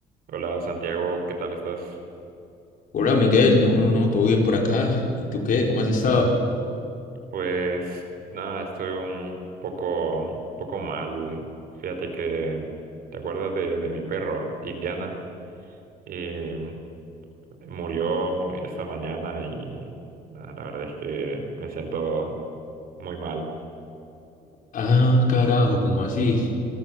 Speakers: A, on the right; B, on the left.
A: Hola Santiago, ¿qué tal estás?
B: Hola Miguel, no, no, no, todo bien por acá. ¿Y tú qué? ¿Cómo has estado?
A: Pues nada, estoy un poco, poco mal. Fíjate que te acuerdas de, de mi perro, Indiana. Eh, murió esta mañana y nada, la verdad es que me siento muy mal.
B: Ah, carajo, ¿cómo así?